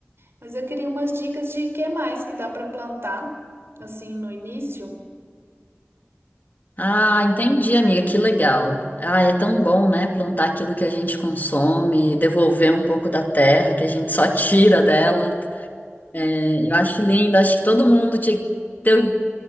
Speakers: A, on the right (about 65°); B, on the left (about 45°).
A: Mas eu queria umas dicas de que mais que dá para plantar, assim, no início.
B: Ah, entendi, amiga, que legal. Ah, é tão bom, né? Plantar aquilo que a gente consome, devolver um pouco da terra que a gente só tira dela. É, eu acho lindo, acho que todo mundo tinha que ter, o,